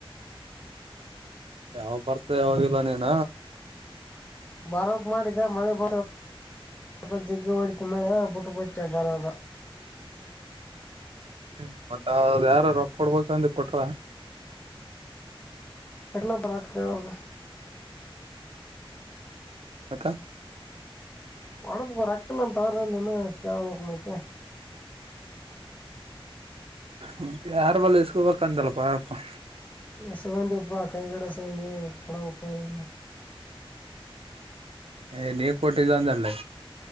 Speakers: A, on the right; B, on the left.
A: ಯಾವಾಗ ಬರ್ತ ಯಾವವಾಗಿಲ್ಲ ನೀನ.
B: ಬಾರೋಬ್ ಮಾಡಿದ ಮಳೆ ಬ. ಮದ ಜಿಗ್ಗಿ ಹೊಡಿತು ಮಳಿದ ಬುಟ್ಟು ಬಟ್ಟೆ ಬರದ.
A: ಹ್ಮ್ ಮತ್ತ ಯಾರ ರೊಕ್ಕ ಕೊಡ್ಬೇಕ ಅಂದು ಕೊಟ್ರ.
B: ಅಗಲ ಬರಾಕ್ಕೆೋಗ.
A: ಹಕ.
B: ಒಡಪುಕ್ಕ ರೊಕ್ಕಲ್ಲ ತವರಲ್ಲ ಕೇೇಳಬೇಕು ಮತ್ತ.
A: ಮ ಯಾರ ಬಲ್ಲ ಇಸ್ಕೋಬೇಕಂತಲ್ಲಪ್ಪಪ.
B: ಸಿಗೊಂಡಿಪ್ಪಾ ಕೈಗಡೆ ಸಿವಂದಿ ಕಡಂಬಪ್ಪಾರ.
A: ಏ ನೀ ಕೋಟಿದ್ ಅಂದೆಲ್ಲೆ.